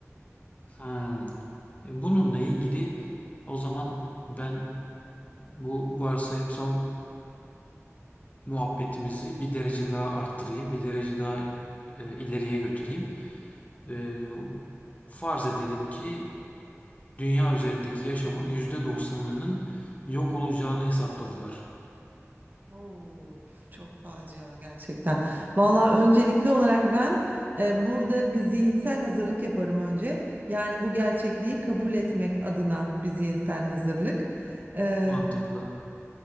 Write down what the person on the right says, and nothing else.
Of, çok facia gerçekten. Valla öncelikli olarak ben e, burada bir zihinsel hazırlık yaparım önce. Yani bu gerçekliği kabul etmek adına bir zihinsel hazırlık. E,